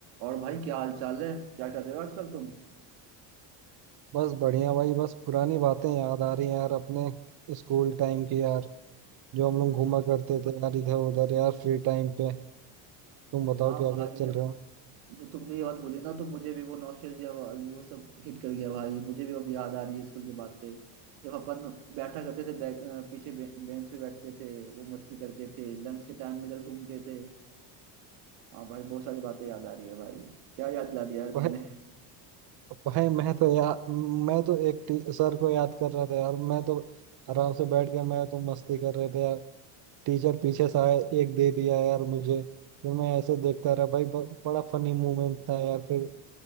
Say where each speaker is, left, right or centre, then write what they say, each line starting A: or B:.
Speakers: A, on the right; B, on the right.
A: और भाई क्या हाल चाल है क्या कर रहे हो आजकल तुम
B: बस बढ़िया भाई बस पुरानी बातें याद आ रही हैं यार अपने स्कूल टाइम की यार जो
A: अच्छा
B: हम लोग घूमा करते थे यार इधर उधर यार फ्री टाइम पे तुम बताओ
A: हाँ
B: क्या
A: भाई
B: क्या चल
A: अब
B: रहा है
A: जो तुमने ये बात बोली ना तो मुझे भी वो नॉस्टैल्जिया वाली वो सब हिट कर गया भाई मुझे भी अब याद आ रही है स्कूल की बातें जब अपन बैठा करते थे बैक, अ, पीछे बे, बेंच पे बैठते थे वो मस्ती करते थे लंच के टाइम इधर घूमते थे हाँ भाई बहुत सारी बातें याद आ रही है भाई क्या याद दिला दिया यार तुमने
B: भाई भाई मैं तो यार मैं तो एक टी, सर को याद कर रहा था यार मैं तो आराम से बैठ के मैं तुम मस्ती कर रहे थे यार टीचर पीछे से आए एक दे दिया यार मुझे फिर मैं ऐसे देखता रहा भाई ब, बड़ा फनी मोमेंट था यार फिर